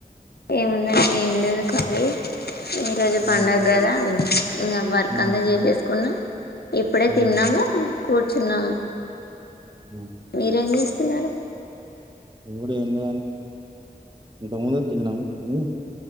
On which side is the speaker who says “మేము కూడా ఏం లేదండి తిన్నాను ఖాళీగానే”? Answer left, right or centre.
Right